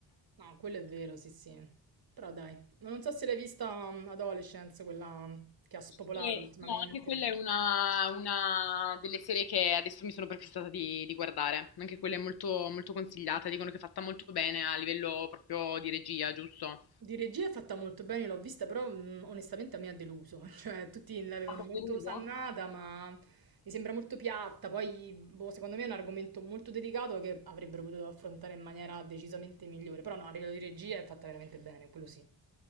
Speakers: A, on the right; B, on the left.
A: No, quello è vero, sì, sì. Però dai, non so se l'hai vista mm, Adolescence, quella che ha spopolato
B: E
A: ultimamente.
B: no, anche quella è una, una delle serie che adesso mi sono prefissata di, di guardare. Anche quella è molto, molto consigliata, dicono che è fatta molto bene a livello proprio di regia, giusto? A
A: Di regia è fatta molto bene, l'ho vista, però mh, onestamente a me ha deluso, <laughs> cioè tutti l'avevano
B: Capoluogo?
A: molto osannata, ma mi sembra molto piatta, poi boh, secondo me è un argomento molto delicato che avrebbero potuto affrontare in maniera decisamente migliore, però no, a livello di regia è fatta veramente bene, quello sì,